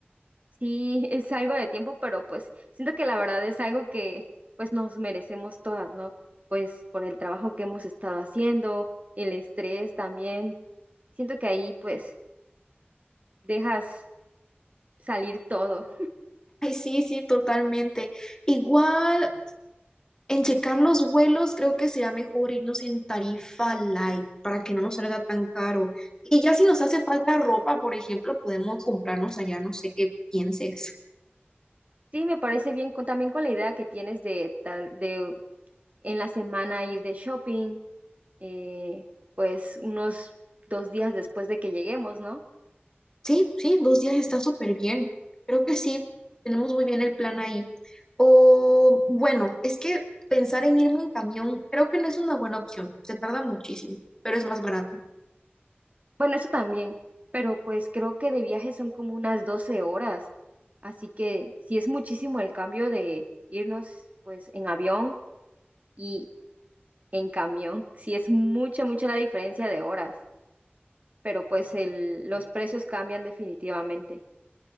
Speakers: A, on the right; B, on the left.
A: Sí, <laughs> es algo de tiempo, pero pues siento que la verdad es algo que pues nos merecemos todas, ¿no? Pues por el trabajo que hemos estado haciendo, el estrés también. Siento que ahí pues dejas salir todo.
B: Ay, sí, sí, totalmente. Igual. En checar los vuelos, creo que sería mejor irnos en tarifa light para que no nos salga tan caro. Y ya si nos hace falta ropa, por ejemplo, podemos comprarnos allá, no sé qué pienses.
A: Sí, me parece bien con, también con la idea que tienes de tal, de en la semana ir de shopping, eh, pues unos dos días después de que lleguemos, ¿no?
B: Sí, sí, dos días está súper bien. Creo que sí, tenemos muy bien el plan ahí. O bueno, es que pensar en irme en camión creo que no es una buena opción, se tarda muchísimo, pero es más barato.
A: Bueno, eso también, pero pues creo que de viaje son como unas 12 horas, así que sí es muchísimo el cambio de irnos pues en avión y en camión, sí es mucha, mucha la diferencia de horas, pero pues el, los precios cambian definitivamente.